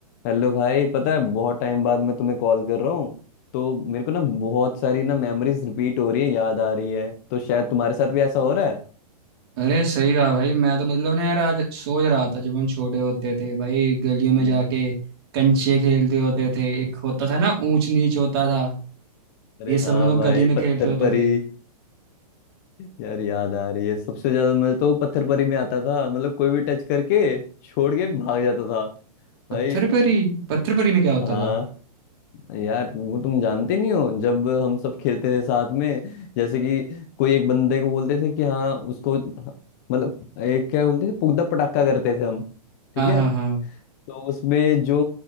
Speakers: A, on the left; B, on the right.
A: हेलो भाई पता है बहुत टाइम बाद मैं तुम्हें कॉल कर रहा हूँ तो मेरे को ना बहुत सारी ना मेमोरीज रिपीट हो रही है याद आ रही है तो शायद तुम्हारे साथ भी ऐसा हो रहा है
B: अरे सही कहा भाई मैं तो मतलब ना यार आज सोच रहा था जब हम छोटे होते थे भाई गलियों में
A: हम्म।
B: जाके कंचे खेलते होते थे एक होता था ना ऊंच नीच होता था
A: अरे
B: ये सब
A: हाँ
B: हम लोग
A: भाई
B: गली में खेलते
A: पत्थर
B: होते
A: परी
B: थे
A: यार याद आ रही है सबसे ज्यादा मैं तो पत्थर परी में आता था मतलब कोई भी टच करके छोड़ के भाग जाता था
B: पत्थर
A: भाई
B: परी पत्थर परी में क्या होता
A: हाँ
B: था
A: यार वो तुम जानते नहीं हो जब हम सब खेलते थे साथ में जैसे कि कोई एक बंदे को बोलते थे कि हाँ उसको मतलब एक क्या बोलते थे पुगदा पटाखा करते थे हम ठीक
B: हाँ
A: है
B: हाँ हाँ
A: तो उसमें जो